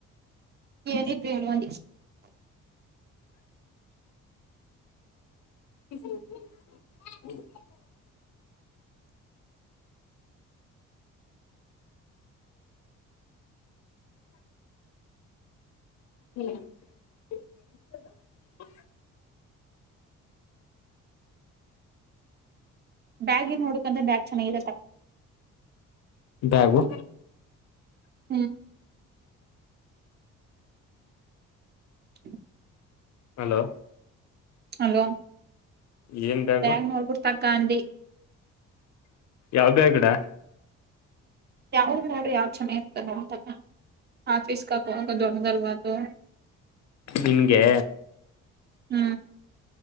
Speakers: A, on the right (about 35°); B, on the left (about 65°).
A: ಏನಿದೆ ಹೇಳು ಅಂದೆ
B: ಹ ಹ್ಮ್ <unintelligible>
A: ಬ್ಯಾಗ್ ಇರ್ ನೋಡಕಂದ್ರೆ ಬ್ಯಾಗ್ ಚೆನ್ನಾಗರತ್ತಕ್ಕ
B: ಬ್ಯಾಗು
A: ಹ್ಮ್ <unintelligible>
B: ಹಲೋ
A: ಹಲೋ
B: ಏನ್ ಬ್ಯಾಗು
A: ಬಂಗನೋರು ತಾಕ ಅಂದಿ
B: ಯಾವಬ್ಯಾಗುಕಡ
A: ಯಾವ ನೋಡು ಯಾವ ಚೆನ್ನ ಇರ್ತದೆ ಅಂತ ಆಫೀಸ್ ಅಕೋ ಹೋಗೋದು ದೊಡ್ಡಲ್ವಾದು
B: ನಿನ್ಗೆ
A: ಹ್ಮ್